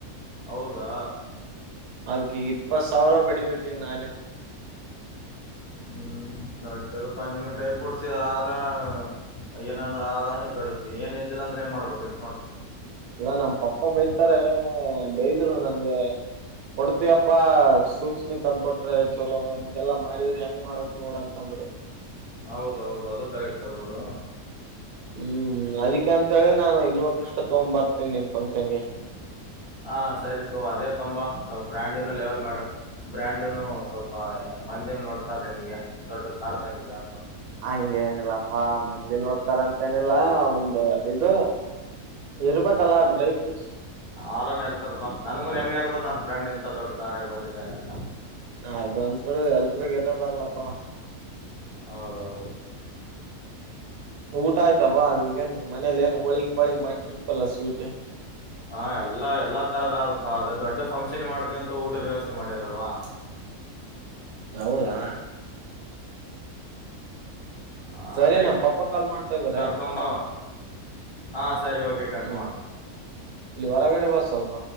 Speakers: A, on the left; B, on the right.
A: ಹೌದಾ
B: ಅದ್ಕಿ ಈಗ್ ಇಪ್ಪತ್ ಸಾವಿರ ಬಡಿಬೇಕ್ ಈಗ್ ನಾನೇ.
A: ಹ್ಮ್ ನಟೆದಪ ನೀವು ಟೈ ಪುರ್ಸಿ ಅದಾ. ಅಯ್ಯ ನಂದ್ ಆದಾನಿ ಗಡಸ್ತಿ ಏನ್ ಇದ್ದಿಲ್ಲ ಅಂದ್ರ ಹೆಂಗ್ ಮಾಡ್ಬೇಕ್ ಆಯ್ತ್ ನೋಡು.
B: ಇಲ್ಲ ನಮ್ಮ್ ಪಪ್ಪ ಬೈತ್ತರೆ ಬೈದ್ರು ನನ್ ಗೆ ಕೊಡ್ತಯಪ್ಪಾ ಸೂಕ್ಷ್ಮಿತ್ ತಂದ್ಕ ಕೊಟ್ರೆ ಚಲೋ ಹಿಂಗೆಲ್ಲಾ ಮಾಡಿದ್ರೆ ಹೆಂಗ್ ಮಾಡ್ಬೇಕ್ ನೋಡ್ ಅಂತಂದ್ರು.
A: ಹೌದೌದು ಅದು ಕರೆಕ್ಟ್ ಅದ್ಬಿಡು.
B: ಹ್ಮ್ ಅದಿಕೆ ಅಂತ ಹೇಳಿ ನಾನ್ ಇನ್ವ ಕೃಷ್ಣ ತಗೊಂಬ್ ಬರ್ತೇನಿ ನಿಮ್ ಫಂಕ್ಷನ್ಗೆ.
A: ಹಾ ಸರಿ ತೊ ಅದೇ ತೊಗೊಂಬ ಸ್ವಲ್ಪ ಬ್ರ್ಯಾಂಡ್ನ ಲೆವೆಲ್ ಮಾಡು. ಬ್ರ್ಯಾಂಡುನು ಸ್ವಲ್ಪ ಮಂದಿ ನೋಡ್ತಾರ್ ನಿನ್ಗೆ ದೊಡ್ಡ ಕಾರ್ ತಂದಿದ್ಯ ಅಂತ.
B: ಹಂಗೆನಿಲ್ಲಪ್ಪಾ ಮಂದಿ ನೋಡ್ತಾರ ಅಂತ ಏನಿಲ್ಲಾ ಒಂದು ಅದಿದು. ಇರ್ಬೇಕಲ್ಲ ಅದು ಲೈಫು.
A: ಆರಾನ್ ಇರ್ತದ್ ಬಾ ನನಗೂ ನೆಮ್ಮೆ ಇರ್ತದ ನನ್ ಫ್ರೆಂಡ್ ಇಂತ ದೊಡ್ಡ ಕಾರಾಗ್ ಬಂದಿದ್ದಾನಂತ.
B: ಅದಂತೃ ಎಲ್ರಿಗ್ ಇರದಲ್ಲಪ್ಪ.
A: ಹೌದೌದು
B: ಊಟ ಆಯ್ತ ಬಾ ಈಗೇನ್ ಮನೇಲಿ ಏನ್ ಹೋಳಿಗ್ ಪಾಳಿ ಮಾಡಿರ್ಪಲ್ಲ ಸ್ವೀಟ.
A: ಹಾ ಎಲ್ಲಾ ಎಲ್ಲಾ ತರದಪ್ಪ ಅದೇ ದೊಡ್ಡ ಫಂಕ್ಷನ್ ಮಾಡ್ತೇವ್ ಅಂತ ಊಟದ್ ವ್ಯವಸ್ಥೆ ಮಾಡಿರಲ್ವಾ.
B: ಹೌದಾ
A: ಆ,
B: ಸರಿ
A: ಅದೇ
B: ನಮ್ ಪಪ್ಪ ಕಾಲ್ ಮಾಡ್ತಾ ಇದಾರೆ
A: ಕರ್ಕೊಂಬ ಹಾ ಸರಿ ಓಕೆ ಕಟ್
B: ಹ್ಮ್.
A: ಮಾಡು
B: ಇಲ್ಲಿ ಹೊರಗಡೆ ಬಾ ಸ್ವಲ್ಪ.